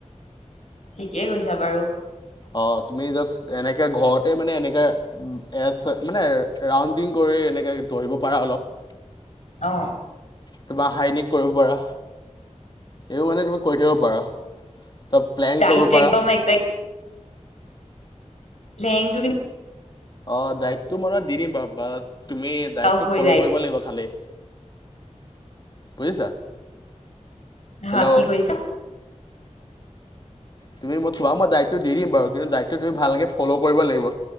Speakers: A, on the left; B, on the left.
A: ঠিকেই কৈছা বাৰু।
B: অ তুমি জাষ্ট এনেকে ঘৰতে মানে এনেকা এচ মানে ৰাউণ্ডিং কৰি এনেকে দৌৰিব পাৰা অলপ।
A: অহ।
B: তোমাৰ হাইনিক কৰিব পাৰা, এনেও মানে তুমি কৰি থব পাৰা। ত প্লেন
A: কালিত
B: কৰিব পাৰা
A: একদম এক লেংটো কি
B: অ ডাইটটো মই দি দিম বাৰ বা তুমি ডাইটটো
A: টাফ হৈ
B: ফ'ল'
A: যায়।
B: কৰিব লাগিব খালি। বুজিছা।
A: হা
B: হেল্ল'
A: কি কৈছা?
B: তুমি মই তোমাক মই ডাইটটো দি দিম বাৰু কিন্তু ডাইটটো তুমি ভালকে ফল' কৰিব লাগিব।